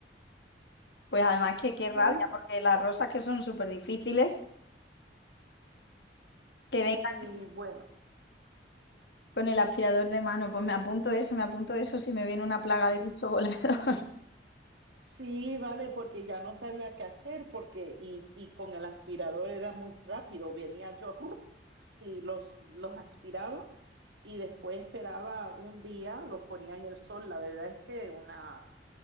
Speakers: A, on the left; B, on the right.
A: Pues además que qué rabia,
B: Y,
A: porque las rosas que son súper difíciles, que
B: y
A: vengan el
B: bueno,
A: con el aspirador de mano, pues me apunto eso, me apunto eso si me viene una plaga de bicho volador. <laughs>
B: sí, vale, porque ya no sabía qué hacer porque y, y con el aspirador era muy rápido. Venía yo y los, los aspiraba y después esperaba un día, los ponía en el sol. La verdad es que una,